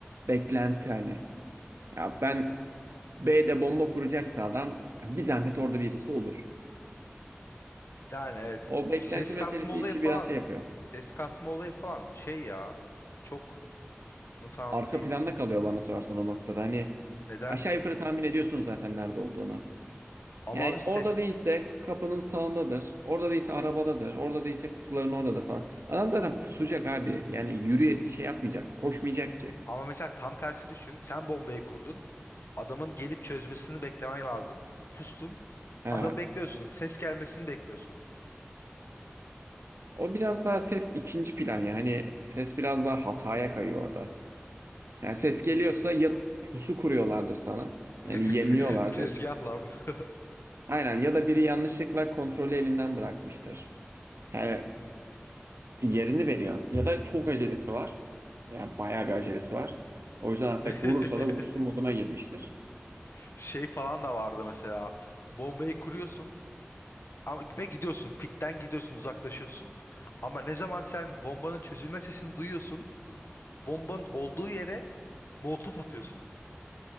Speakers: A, on the right; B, on the left.
A: Beklenti hani. Ya ben B'de bomba kuracaksa adam bir zahmet orada birisi olur.
B: Yani evet.
A: O beklenti
B: Bir Ses kasma
A: meselesi
B: olayı
A: işi
B: falan.
A: biraz şey yapıyor.
B: Ses kasma olayı falan şey ya. Çok nasıl anlatayım?
A: Arka planda kalıyor bana sorarsan o noktada. Hani
B: Neden?
A: aşağı yukarı tahmin ediyorsun zaten nerede olduğunu.
B: Ama
A: Yani
B: abi ses
A: orada değilse kapının sağındadır. Orada değilse arabadadır. Orada değilse kutuların oradadır falan. Adam zaten pusacak abi. Yani yürüye şey yapmayacak. Koşmayacak ki.
B: ama mesela tam tersi düşün. Sen bombayı kurdun. Adamın gelip çözmesini beklemen lazım. Pustun.
A: Ha,
B: Adam bekliyorsun. Ses gelmesini bekliyorsun.
A: O biraz daha ses ikinci plan ya. Hani ses biraz daha hataya kayıyor orada. Yani ses geliyorsa ya pusu kuruyorlardır sana.
B: <laughs>
A: Yani yemliyorlardır.
B: Tezgah lan bu.
A: Aynen ya da biri yanlışlıkla kontrolü elinden bırakmıştır.
B: <laughs>
A: Yani
B: Değil mi?
A: yerini veriyorsun. Ya da çok acelesi var. Yani bayağı bir acelesi var. O yüzden hatta
B: <laughs>
A: vurursa da vursun moduna girmiştir.
B: Şey falan da vardı mesela. Bombayı kuruyorsun. Ama ve gidiyorsun. Pitten gidiyorsun, uzaklaşıyorsun. Ama ne zaman sen bombanın çözülme sesini duyuyorsun, bombanın olduğu yere molotof atıyorsun.